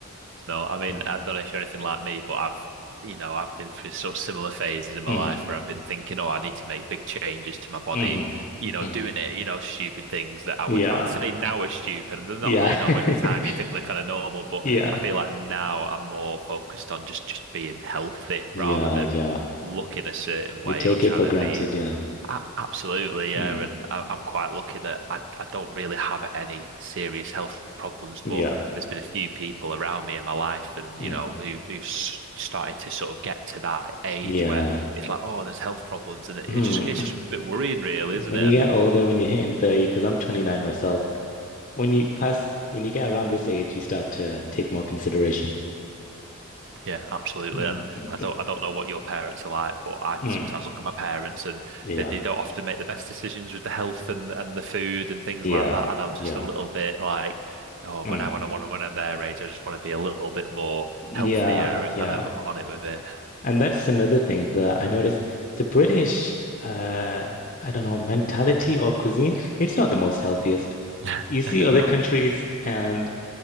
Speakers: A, on the right (about 55°); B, on the left (about 35°).
A: No, I mean,
B: Mm.
A: I don't know if you're anything like me, but I've, you know, I've been through sort of similar phases in my
B: Mhm.
A: life where I've been thinking, oh, I need to make big changes to my body,
B: Mhm.
A: you know,
B: Mhm.
A: doing it, you know, stupid things that I would,
B: Yeah.
A: I would say now are stupid. They're not,
B: Yeah.
A: you know,
B: <laughs>
A: at the time you think they're kind of normal, but
B: Yeah.
A: I feel like now I'm more focused on just, just being healthy
B: Yeah.
A: rather than
B: Yeah.
A: looking a certain way
B: We take
A: or trying
B: it for
A: to
B: granted.
A: be,
B: Yeah.
A: a- Absolutely, yeah,
B: Mm.
A: and I, I'm quite lucky that I, I don't really have any serious health problems, but
B: Yeah.
A: there's been a few people around me in my life, and
B: Mm.
A: you know, who, who've s- started to sort of get to that age
B: Yeah.
A: where it's like, oh, there's health problems, and it,
B: Mm.
A: it just it's just a bit worrying, really,
B: When
A: isn't it?
B: you get older, when you're hitting 30, because I'm 29 myself, when you pass, when you get around this age, you start to
A: And
B: take more consideration.
A: Yeah, absolutely.
B: Mm.
A: And I don't I don't know what your parents are like, but I
B: Mm.
A: sometimes look at my parents and
B: Yeah.
A: they, they don't often make the best decisions with the health and, and the food and things
B: Yeah.
A: like that. And I'm just
B: Yeah.
A: a little bit like, oh,
B: Mm.
A: when I when I want to when I'm their age, I just want to be a little bit more
B: Yeah.
A: healthier and
B: Yeah.
A: kind of on it with it.
B: And that's another thing that I noticed the British, uh, I don't know, mentality or cuisine, it's not the most healthiest.
A: <laughs>
B: You see other
A: No.
B: countries and